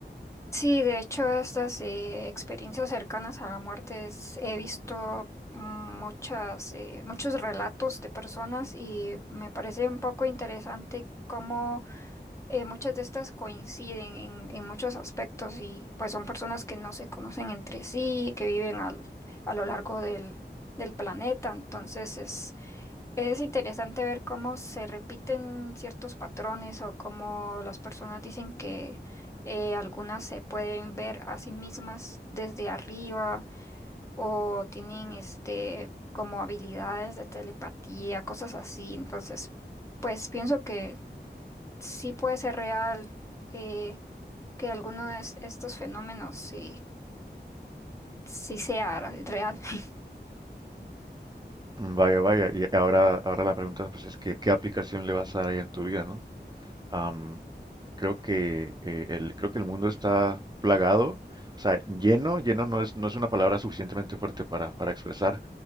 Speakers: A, on the left; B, on the right.
A: Sí, de hecho, estas eh, experiencias cercanas a la muerte es- he visto muchas, eh, muchos relatos de personas y me parece un poco interesante cómo eh, muchas de estas coinciden en, en muchos aspectos y pues son personas que no se conocen entre sí, que viven al- a lo largo del, del planeta, entonces es interesante ver cómo se repiten ciertos patrones o cómo las personas dicen que eh, algunas se pueden ver a sí mismas desde arriba o tienen este como habilidades de telepatía, cosas así. Entonces, pues pienso que sí puede ser real eh, que alguno de es- estos fenómenos sí, sí sea real. <laughs>
B: Vaya, vaya, y ahora, ahora la pregunta pues, es que, ¿qué aplicación le vas a dar ahí en tu vida, ¿no? Am, Creo que, eh, el, creo que el mundo está plagado, o sea, lleno, lleno no es, no es una palabra suficientemente fuerte para, para expresar,